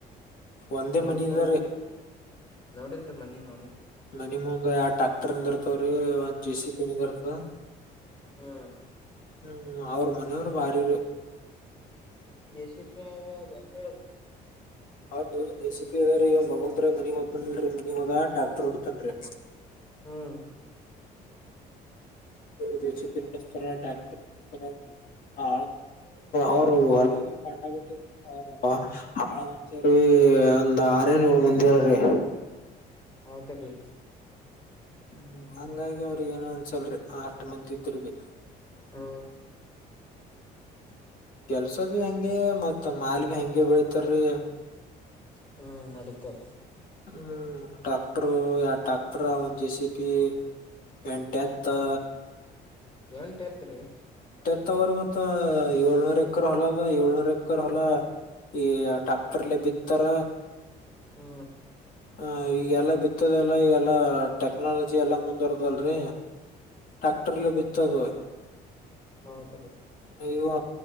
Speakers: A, on the left; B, on the left.
A: ಒಂದೇ
B: ನೋಡನ್
A: ಮನಿ
B: ನೋಡನ್ರಿ
A: ಅದರಿ.
B: ನೋಡನ್ರಿ ಮನ್ನಿ ನೋಡನ್
A: ಮನಮ ಮುಂದ್ ಯಾವ ಟ್ರ್ಯಾಕ್ಟರ್ ನಿಂದ ಇರ್ತವ್ರೀ ಒಂದ್ ಜೆ ಸಿ ಪಿ ನಿಂದ ಇರ್ತ
B: ಹಾ
A: ಹ್ಮ್ ಅವ್ರ ಮನೆಯವರು ಭಾರಿರು
B: ಜೆ ಸಿ ಪಿ ಆ <unintelligible>
A: ಹೌದು ಜ ಸಿ ಪಿ ಇವ ಮಗಂತ್ತ್ರ ಮನಿ ಹಓದ್ತನರರಿ ಮನಿ ಹೋದ ಟ್ಯಾಕ್ಟರ್ ಹಡ್ತನ್ ರಿ
B: ಹ್ಮ್ ಹ
A: ಜೆಸಿಪಿ ನಡೆಸ್ತಾರ ಟ್ರ್ಯಾಕ್ಟರ್ ನಡೆಸುತ್ತಾರೆ ಆ ಅವರು ಹೊಲ ಕಂಡ ಬಿಟ್ಟಿದ ಅವ ಆಳ ಮಂಚ ಒಂದ ಆರರಿಂದ ಏಳು ಮಂದಿ ಆರ್ರೇ
B: ಹೌದ ರೀ
A: ಹ್ಮ್ ಹಂಗಾಗಿ ಅವ್ರಿ ಏನು ಅಂದಸಲ್ರಿ ಅಷ್ಟು ಮಂದಿ ಇದ್ದರು ಬೀ
B: ಹ್ಮ
A: ಕೆಲ್ಸ ಬೀ ಹಂಗೆ ಮತ್ತ್ ಮಾಲ್ ಬಿ ಹಂಗೆ ಬೆಳಿತಾರರಿ
B: ಹ್ಮ ನಡೀತದೆ
A: ಹ್ಮ್ ಟಾಕ್ಟರು ಎರಡು ಟಾಕ್ಟರ್ ಒಂದು ಜೇ ಸಿ ಪಿ ಟೆಂಟು ಎತ್ತು
B: ಎಂಟು ಎತ್ತೂರಿ
A: ಮತ್ತವ್ರ ಮತ್ತ ಏಳ್ನೂರ್ ಎಕರ್ ಹೊಲ ಅದ ಏಳ್ನೂರ್ ಎಕರ್ ಹೊಲ ಈ ಟಾಕ್ಟರ್ಲೆ ಬಿತ್ತಾರ
B: ಹ್ಮ
A: ಹ ಈಗ ಎಲ್ಲಾ ಬಿತ್ತದಲ್ಲ ಎಲ್ಲಾ ಟೆಕ್ನಾಲಜಿ ಎಲ್ಲಾ ಮುಂದುವರದಲ್ರಿ ಟ್ಯಾಕ್ಟರ್ಲ್ಲ ಬಿತ್ತದು
B: ಹೌದು ರೀ
A: ನೀವು